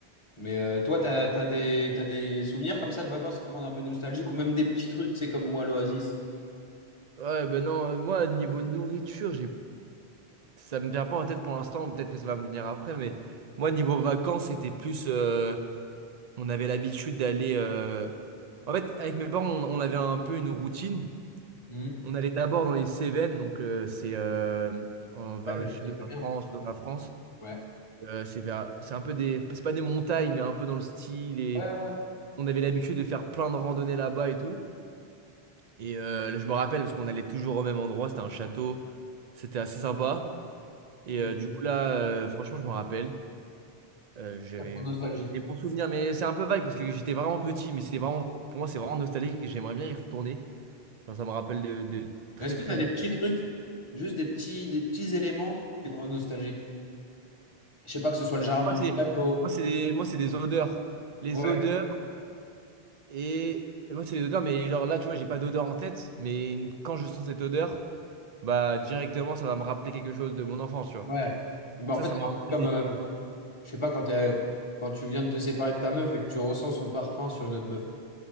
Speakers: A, on the left; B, on the right.
A: Mais euh, toi, t'as, t'as des, t'as des souvenirs comme ça de vacances qui te rendent un peu nostalgique ou même des petits trucs, tu sais, comme moi, l'Oasis.
B: Ouais, ben non, euh, moi, niveau nourriture, j'ai Ça me vient pas en tête pour l'instant, peut-être que ça va me venir après, mais moi, niveau vacances, c'était plus. euh, on avait l'habitude d'aller. euh, En fait, avec mes parents, on, on avait un peu une routine.
A: Hmm.
B: On allait d'abord dans les Cévennes, donc euh, c'est euh, en- vers
A: Ah, mais
B: le sud
A: c'est
B: de
A: très
B: la
A: bien.
B: France, dans la France.
A: Ouais.
B: Euh, c'est vers... c'est un peu des. C'est pas des montagnes, mais un peu dans le style. Et
A: Ouais, ouais, ouais.
B: on avait l'habitude de faire plein de randonnées là-bas et tout. Et euh, je me rappelle, parce qu'on allait toujours au même endroit, c'était un château, c'était assez sympa. Et
A: Mm.
B: euh, du coup, là, euh, franchement, je me rappelle. Euh, j'avais
A: Ça te rend nostalgique.
B: vraiment j'ai des bons souvenirs, mais c'est un peu vague parce que j'étais vraiment petit, mais c'était vraiment, pour moi, c'est vraiment nostalgique et j'aimerais bien y retourner. Genre, ça me rappelle de, de très
A: Est-ce que
B: très
A: tu as
B: bons.
A: des petits trucs, juste des petits, des petits éléments qui te rendent nostalgique? Je sais pas que ce soit le jardin
B: Moi, c'est
A: du château.
B: moi, c'est des, moi, c'est des odeurs. Les
A: Ouais,
B: odeurs et, et moi, c'est les odeurs, mais genre là, tu vois, j'ai pas d'odeur en tête, mais une- quand je sens cette odeur, bah directement, ça va me rappeler quelque chose de mon enfance, tu vois.
A: ouais. Ben,
B: Ça,
A: en fait,
B: ça
A: c'est
B: me rend
A: un
B: nostalgique.
A: peu comme, euh, je sais pas, quand t'es- quand tu viens de te séparer de ta meuf et que tu ressens son parfum sur une autre meuf.